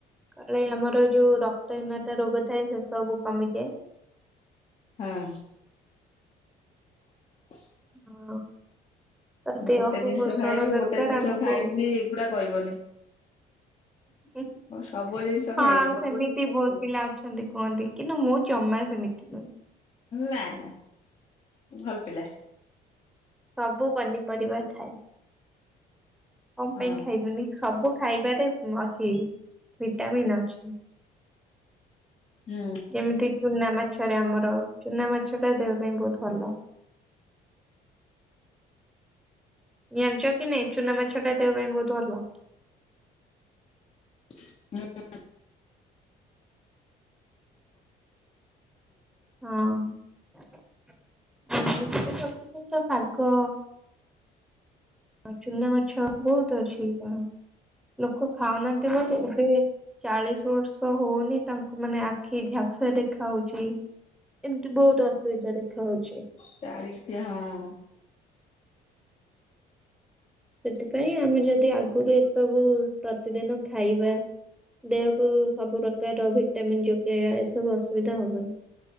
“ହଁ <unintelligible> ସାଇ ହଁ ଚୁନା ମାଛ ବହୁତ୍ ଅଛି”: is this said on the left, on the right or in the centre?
Centre